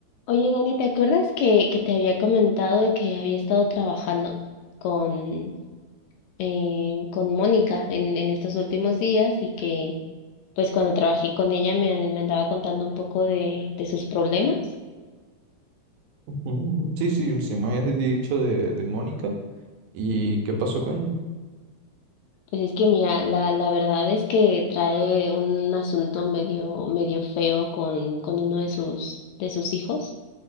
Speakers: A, on the left (about 80°); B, on the right (about 75°).
A: Oye, Dani, ¿te acuerdas que, que te había comentado que había estado trabajando con, eh, con Mónica en, en estos últimos días y que pues cuando trabajé con ella me, me andaba contando un poco de, de sus problemas?
B: Ujú. Sí, sí, sí, me habías dicho de, de Mónica. ¿Y qué pasó con ella?
A: Pues es que mira, la, la verdad es que trae un asunto medio, medio feo con, con uno de sus, de sus hijos,